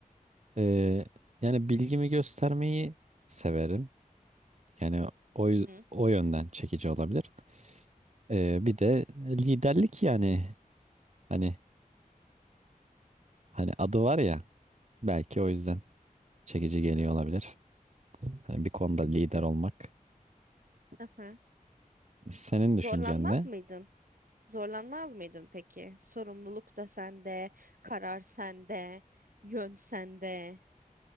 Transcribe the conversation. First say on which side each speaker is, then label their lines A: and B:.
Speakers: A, on the right (about 50°); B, on the right (about 70°).
A: Ee, yani bilgimi göstermeyi severim. Yani o,
B: Hı
A: yü-
B: hı.
A: o yönden çekici olabilir. Ee, bir de liderlik yani hani hani adı var ya belki o yüzden çekici geliyor olabilir. Hani bir konuda lider olmak.
B: <laughs>
A: Senin
B: Zorlanmaz
A: düşüncen ne?
B: mıydın? Zorlanmaz mıydın peki? Sorumluluk da sende, karar sende, yön sende.